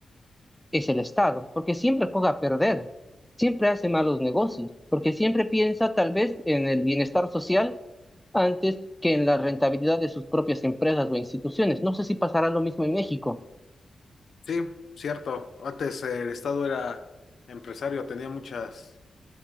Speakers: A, in the centre; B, on the left.
A: es el Estado, porque siempre juega a perder, siempre hace malos negocios, porque siempre piensa tal vez en el bienestar social antes que en la rentabilidad de sus propias empresas o instituciones. No sé si pasará lo mismo en México.
B: Sí, cierto. Antes el Estado era empresario, tenía muchas,